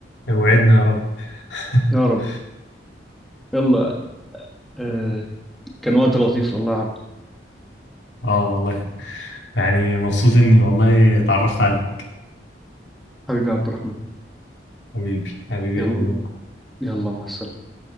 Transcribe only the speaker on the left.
وعدنا يا رب <laughs>
آه والله يعني مبسوط إني والله اتعرفت عليك
حبيبي حبيبي
يا همام